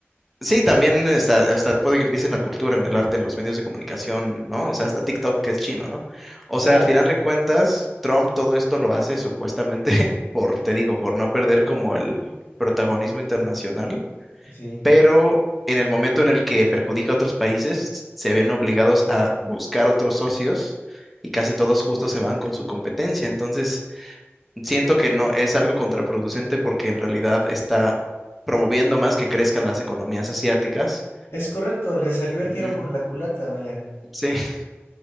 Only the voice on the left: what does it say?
Claro.
Sí.
Es correcto, le salió el
tiro por la culata, vaya.